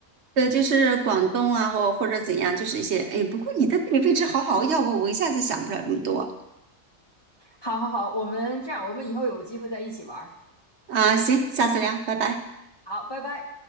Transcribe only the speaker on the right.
对，就是广东啊，或或者怎样，就是一些，哎，不过你的地理位置好好，要不我一下子想不了那么多
啊，行，下次聊，拜拜。